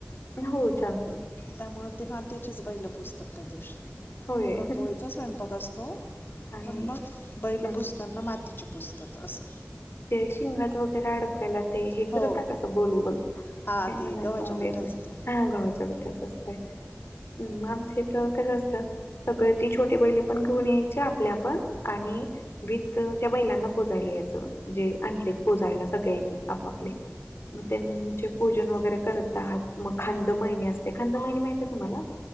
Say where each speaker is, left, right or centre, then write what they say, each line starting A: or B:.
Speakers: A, on the left; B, on the left.
A: हो चाल.
B: त्यामुळे ते मातीचेच बहिलं पुस्तक त्या दिवशी.
A: होय
B: पुरण पोळीचा स्वयंपाक असतो
A: आणि
B: पण मग बैल
A: हम्म
B: पुजताना माती. ची पुस्तक असं.
A: ते शिंगात वगैरे अडकावायला ते हे
B: हो
A: करत कसं गोलगोल.
B: हां
A: काही म्हणायचं
B: ते गव्हाच्या
A: मला
B: पिठाचं
A: येत नाही
B: ते
A: हा गव्हाच्या पिठाचा असतय. हम् आमचे तर कस असत सगळ. ती छोटी बैले पण घेऊन यायचे आपल्या आपण आणि विथ त्या बैलांना पोजायला यायचं. जे आणले पुजायला सगळ्यांनी आपापले. मग त्यांचे पूजन वगैरे करतात मग खांद मळनी असते खांद मळनी माहिती आहे तुम्हाला?